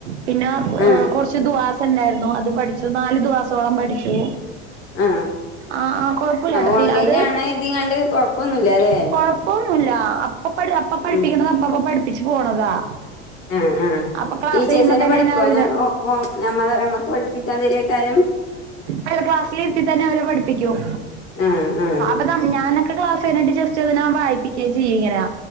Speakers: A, on the right; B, on the left.
A: പിന്നെ
B: ആ
A: കുറച്ച് ദുആസ ഉണ്ടായിരുന്നു അത് പഠിച്ചു നാലു ദുആസോളം പഠിച്ചു
B: ആ
A: ആഹ ആ കൊഴപ്പില്ല ട
B: ഓൺലൈൻ
A: അത്
B: ആണ് എഴുതിങ്ങാണ്ട് കൊഴപ്പൊന്നുല്ല ല്ലേ
A: കൊഴ പ്പൊന്നുല്ല അപ്പ അപ്പ പഠിപ്പിക്കണത്
B: ഉം
A: അപ്പ അപ്പ പഠിപ്പിച്ച് പോണതാ
B: ആ ആ
A: അപ്പൊ ക്ലാസ്
B: ടീച്ചേഴ്സ്
A: കഴിയുമ്പോ
B: തന്നെ പഠിക്കുവോ
A: ഞാൻ അവര്
B: ഓ ഞമ്മള നമ്മക്ക് പഠിപ്പിക്കാൻ തരി കാലും
A: അല്ല ക്ലാസ്സിൽ ഇരുത്തി തന്നെ അവരെ പഠിപ്പിക്കും
B: ആ ആ
A: അതാം ഞാനൊക്കെ ക്ലാസ് കഴിഞ്ഞിട്ട് ജസ്റ്റ് അതിനാ വായി്പിക്കുക ചെയ്യ ഇങ്ങനാ